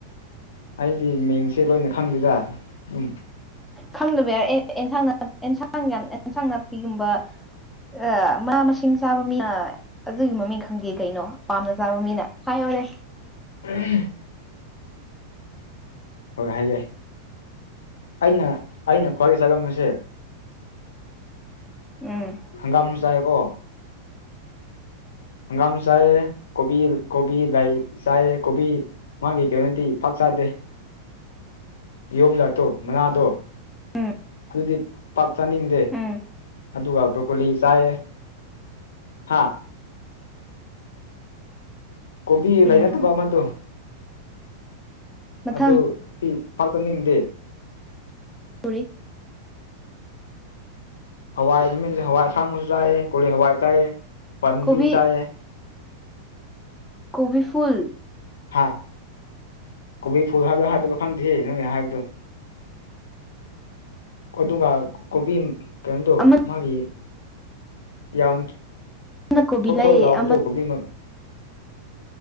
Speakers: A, on the left (about 65°); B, in the centre.
A: ꯑꯩꯗꯤ ꯃꯤꯡꯁꯦ ꯂꯣꯏꯅ ꯈꯪꯗꯦꯗ ꯎꯝ
B: ꯈꯪꯗꯕ ꯌꯥꯔꯦ ꯑꯦꯟꯁꯥꯡ ꯑꯦꯟꯁꯥꯡ ꯌꯥꯝ ꯑꯦꯟꯁꯥꯡ ꯅꯥꯄꯤꯒꯨꯝꯕ ꯑ ꯃꯥ ꯃꯁꯤꯡ ꯆꯥꯕ ꯃꯤꯅ ꯑꯗꯨꯒꯤ ꯃꯃꯤꯡ ꯈꯪꯗꯦ ꯀꯩꯅꯣ ꯄꯥꯝꯅ ꯆꯥꯕ ꯃꯤꯅ ꯍꯥꯏꯌꯣꯔꯦ
A: ꯎꯝ ꯍꯣꯏ ꯍꯥꯏꯒꯦ ꯑꯩꯅ ꯑꯩꯅ ꯈ꯭ꯋꯥꯏꯒꯤ ꯆꯥꯉꯝꯃꯤꯁꯦ
B: ꯎꯝ
A: ꯍꯪꯒꯥꯝꯁꯨ ꯆꯥꯦꯀꯣ ꯍꯪꯒꯥꯝ ꯆꯥꯏ ꯀꯣꯕꯤ ꯀꯣꯕꯤ ꯂꯥꯏ ꯆꯥꯏ ꯀꯣꯕꯤ ꯃꯥꯒꯤ ꯀꯩꯅꯣꯗꯤ ꯄꯥꯛꯁꯗꯦ ꯌꯣꯝꯗꯥꯛꯇꯣ ꯃꯅꯥꯗꯣ
B: ꯎꯝ
A: ꯑꯗꯨꯗꯤ ꯄꯥꯛ ꯆꯥꯅꯤꯡꯗꯦ
B: ꯎꯝ
A: ꯑꯗꯨꯒ ꯕ꯭ꯔꯣꯀꯣꯂꯤ ꯆꯥꯏꯌꯦ ꯍꯥꯥ ꯀꯣꯕꯤ ꯂꯩꯅꯗꯕ
B: ꯎꯝ
A: ꯑꯃꯗꯣ
B: ꯃꯊꯪ
A: ꯑꯗꯨꯗꯤ ꯄꯥꯛ ꯆꯅꯤꯡꯗꯦ
B: ꯁꯣꯔꯤ
A: ꯍꯋꯥꯏ ꯃꯃꯤꯡꯁꯦ ꯍꯋꯥꯏ ꯑꯁꯥꯡꯕꯁꯨ ꯆꯥꯏ ꯀꯣ ꯍꯋꯥꯏ ꯆꯥꯏ ꯍꯣꯏ ꯃꯨꯕꯤ
B: ꯀꯣꯕꯤ
A: ꯆꯥꯏꯌꯦ
B: ꯀꯣꯕꯤ ꯐꯨꯜ
A: ꯍꯥ ꯀꯣꯕꯤ ꯐꯨꯜ ꯍꯥꯏꯕ꯭ꯔꯥ ꯍꯥꯏꯗꯕ ꯈꯪꯗꯦꯍꯦ ꯅꯣꯏꯅ ꯍꯥꯏꯕꯗꯣ ꯑꯗꯨꯒ ꯀꯣꯕꯤ ꯀꯩꯅꯣꯗꯣ
B: ꯑꯃꯅ
A: ꯃꯥꯒꯤ ꯌꯥꯝ
B: ꯀꯣꯕꯤ
A: ꯊꯣꯠ ꯊꯣꯠ
B: ꯂꯩ
A: ꯂꯥꯎꯕꯗꯣ
B: ꯑꯃꯅ
A: ꯀꯣꯕꯤ